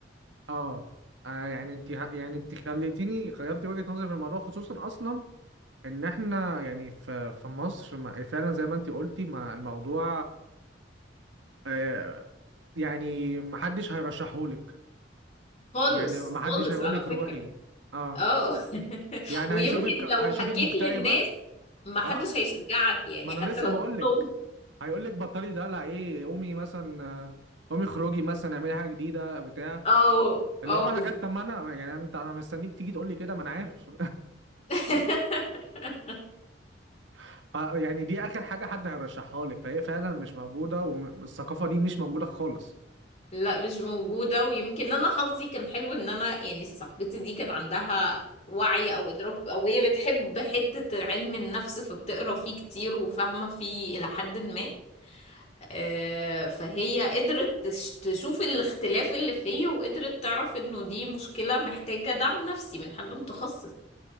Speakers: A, on the right; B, on the left.
A: اه آه، يعني انت يعني انت خليتيني غيرتي وجهة نظري في الموضوع خصوصا اصلا ان احنا يعني في في مصر ما- فعلا زي ما انت قلتي ما الموضوع آه، يعني محدش هيرشحهولك
B: خالص
A: يعني محدش
B: خالص
A: هيقولك
B: على فكرة
A: روحي اه
B: اه <laughs>
A: يعني
B: ويمكن
A: هيشوفك
B: لو
A: هيشوفك
B: حكيت
A: مكتئبة
B: للناس ما حدش
A: اه
B: هيشجعك يعني
A: ما انا
B: حتى
A: لسه
B: لو
A: بقولك
B: قلت لهم
A: هيقولك بطلي دلع ايه قومي مثلا آه، قومي خروجي مثلا اعملي حاجة جديدة بتاع
B: اه
A: اللي
B: اه
A: هو
B: بالظبط
A: حاجات طب ما انا يعني انت انا مستنيك تيجي تقولي كده ما انا عارف
B: <laughs>
A: <laughs> آه، يعني دي اخر حاجة حد هيرشحها لك فهي فعلا مش موجودة والثقافة دي مش موجودة خالص
B: لا مش موجودة ويمكن انا حظي كان حلو ان انا يعني صاحبتي دي كان عندها وعي او ادراك او هي بتحب حتة علم النفس فبتقرا فيه كتير وفاهمة فيه الى حد ما آه، فهي قدرت تش- تشوف الاختلاف اللي فيا وقدرت تعرف انه دي مشكلة محتاجة دعم نفسي من حد متخصص